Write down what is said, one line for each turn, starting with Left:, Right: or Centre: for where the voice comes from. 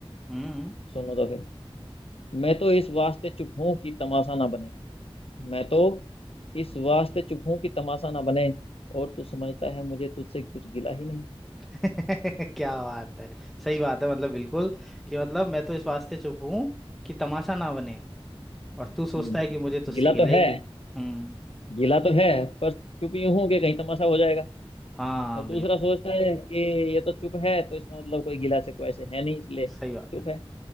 Centre: हम्म
Left: सुनो तो फिर मैं तो इस वास्ते चुप हूं कि तमाशा ना बने मैं तो इस वास्ते चुप हूं कि तमाशा ना बने और तू समझता है मुझे तुझसे कुछ गिला ही नहीं
Centre: <laughs> क्या बात है सही बात है मतलब बिल्कुल कि मतलब मैं तो इस वास्ते चुप हूं कि तमाशा ना बने और तू सोचता
Left: हम्म
Centre: है कि मुझे तुझसे
Left: गिला
Centre: गिला
Left: तो
Centre: ही
Left: है
Centre: नहीं हम्म
Left: गिला तो है पर चुप यूं हूं कि कहीं तमाशा हो जाएगा
Centre: हाँ
Left: और दूसरा
Centre: बिल्कुल
Left: सोचता है कि ये तो चुप है तो इसका मतलब कोई गिला से कोई ऐसे है नहीं इसलिए चुप
Centre: सही बात
Left: है